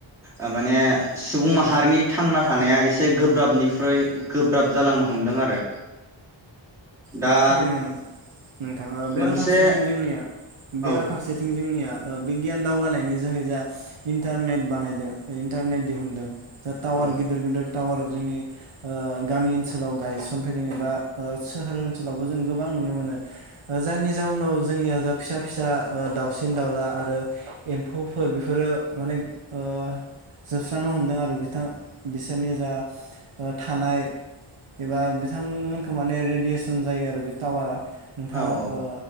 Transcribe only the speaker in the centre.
ओ माने सुबुं माहारिनि थांना थानाया एसे गोब्राबनिख्रुइ गोब्राब जालांनो हमदों आरो दा
मोनसे
औ
औ
औ औ